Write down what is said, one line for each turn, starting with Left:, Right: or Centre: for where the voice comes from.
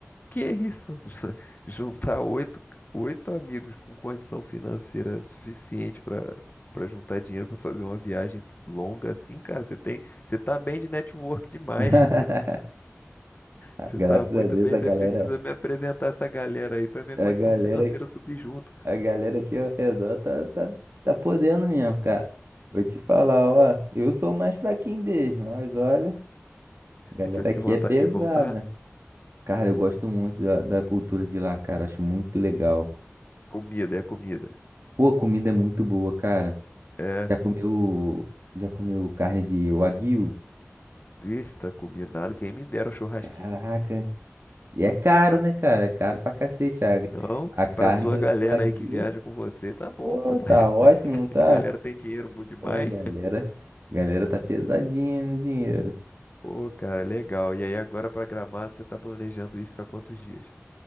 Left: Que é isso? <laughs> Juntar oito, oito amigos com condição financeira suficiente para para juntar dinheiro para fazer uma viagem longa assim, cara, você tem, você tá bem de network demais.
Right: <laughs>
Left: <laughs>
Right: Ah,
Left: Você
Right: Graças
Left: tá muito
Right: a Deus,
Left: bem,
Right: a
Left: você
Right: galera,
Left: precisa me apresentar essa galera aí para minha
Right: a
Left: condição
Right: galera,
Left: financeira subir junto.
Right: a galera aqui ao redor tá, tá, tá podendo mesmo, cara. Vou te falar, ó, eu sou o mais fraquinho deles, mas olha, a galera
Left: E você tem
Right: aqui
Left: vontade
Right: é pesada.
Left: de voltar?
Right: Cara, eu gosto muito da, da cultura de lá, cara, acho muito legal.
Left: Comida, é comida.
Right: Pô, a comida é muito boa, cara.
Left: É,
Right: Já comeu, já comeu carne de wagyu?
Left: está combinado, quem me dera um churrasquinho.
Right: Caraca. E é caro, né, cara? É caro pra cacete a,
Left: Não,
Right: a carne
Left: para sua galera
Right: do wagyu.
Left: aí que viaja com você, tá bom,
Right: Pô,
Left: pô. tá-
Right: tá
Left: <laughs>
Right: ótimo, não tá?
Left: A Galera tem dinheiro bom demais.
Right: Pô, a galera, a galera tá pesadinha no dinheiro.
Left: Pô, cara, legal. E aí agora pra Gramado você tá planejando ir ficar quantos dias?